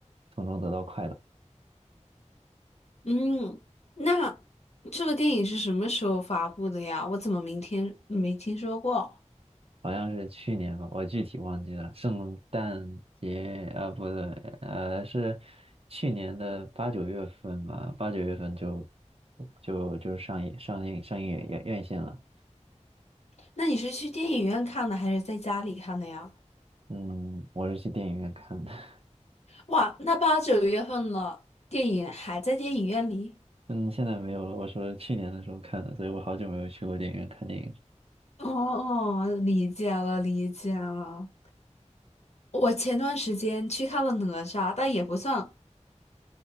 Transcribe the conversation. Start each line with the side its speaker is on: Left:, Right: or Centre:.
Right: 从中得到快乐。
Left: 嗯，那这个电影是什么时候发布的呀？我怎么明天没听说过？
Right: 好像是去年吧，我具体忘记了。圣诞节啊，不对，呃，是去年的八九月份吧，八九月份就就就上映上映上映院院线了。
Left: 那你是去电影院看的还是在家里看的呀？
Right: 嗯，我是去电影院看的。<laughs>
Left: 哇，那八九月份了，电影还在电影院里？
Right: 嗯，现在没有了。我说去年的时候看的，所以我好久没有去过电影院看电影。
Left: 哦哦，理解了，理解了。我前段时间去看了哪吒，但也不算